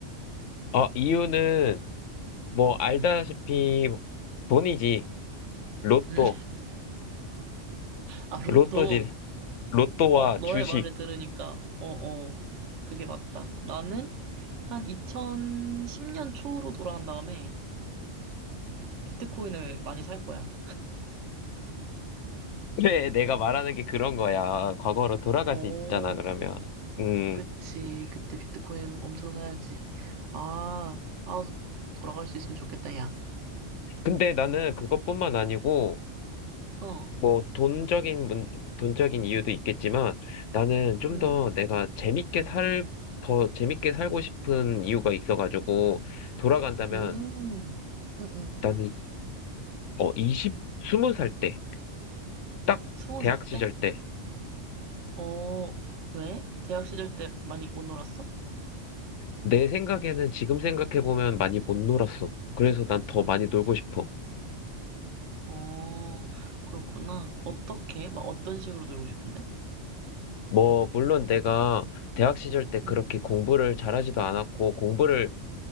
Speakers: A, on the left; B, on the right.
A: 어, 이유는, 뭐, 알다시피,
B: 응.
A: 돈이지. 로또.
B: 음. 아, 로또.
A: 로또지. 로또와
B: 어, 너의
A: 주식.
B: 말을 들으니까, 어, 어, 그게 맞다. 나는 한 2010년 초로 돌아간 다음에 비트코인을 많이 살 거야.
A: <laughs> 그래, 내가 말하는 게 그런 거야. 과거로 돌아갈
B: 어,
A: 수 있잖아, 그러면. 음.
B: 그치. 그때 비트코인 엄청 사야지. 아, 아, 돌아갈 수 있으면 좋겠다, 야.
A: 근데 나는 그것뿐만 아니고,
B: 어,
A: 뭐, 돈적인, 문, 돈적인 이유도 있겠지만, 나는 좀
B: 응,
A: 더 내가 재밌게 살, 더 재밌게 살고 싶은 이유가 있어가지고, 돌아간다면,
B: 음, 응, 응.
A: 나는, 어, 20, 20살 때, 딱
B: 스무
A: 대학
B: 살
A: 시절
B: 때?
A: 때,
B: 어, 왜? 대학 시절 때 많이 못 놀았어?
A: 내 생각에는 지금 생각해보면 많이 못 놀았어. 그래서 난 더 많이 놀고 싶어.
B: 어, 그렇구나. 어떻게? 막 어떤 식으로 놀고 싶은데?
A: 뭐, 물론 내가 대학 시절 때 그렇게
B: 음,
A: 공부를 잘하지도 않았고, 공부를,